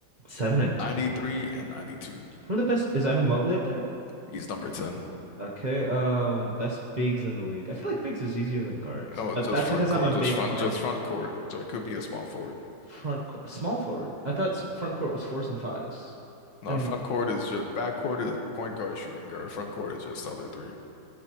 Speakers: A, on the right (about 35°); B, on the left (about 70°).
A: Seven and ten.
B: 93 and 92.
A: Who are the best? Is Evan Mobley up there?
B: He's number 10.
A: Okay, um, best bigs in the league. I feel like bigs is easier than guards,
B: Oh,
A: but
B: just
A: that's
B: front
A: because
B: court,
A: I'm a big-minded
B: just front, just front court. So it could be a small forward.
A: front co small forward. I thought s- front court was fours and fives,
B: No,
A: and
B: front court is just back court is point guard, shooting guard. Front court is just the other three.